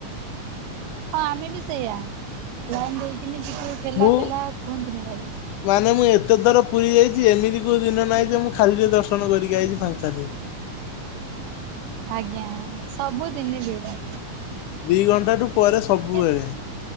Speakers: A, on the right (about 85°); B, on the left (about 80°).
A: ହଁ ଆମେ ବି ସେଇଆା ଲାଇନ ଦେଇକିନି ଟିକେ ଠେଲା
B: ମୁଁ
A: ପେଲା କୁହନ୍ତିୁନି ଭାଇ।
B: ମାନେ ମୁଁ ଏତେଥର ପୁରୀ ଯାଇଛି ଏମିତି କୋଉ ଦିନ ନାହିଁ ଯେ ମୁଁ ଖାଲିରେ ଦର୍ଶ ନ କରିକି ଆଇଛି ଫାଙ୍କା ରେ।
A: ଆଜ୍ଞା ସବୁଦିନେ ଭିଡ଼।
B: ଦି ଘଣ୍ଟାରୁ ପରେ ସବୁବେଳେ
A: କେତ